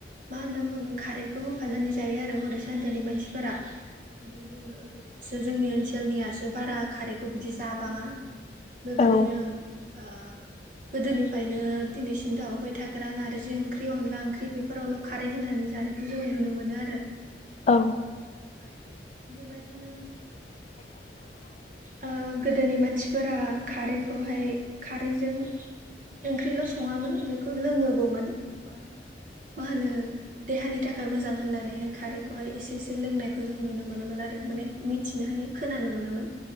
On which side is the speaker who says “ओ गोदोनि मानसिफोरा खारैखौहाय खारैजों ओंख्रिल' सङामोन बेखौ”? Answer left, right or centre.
Right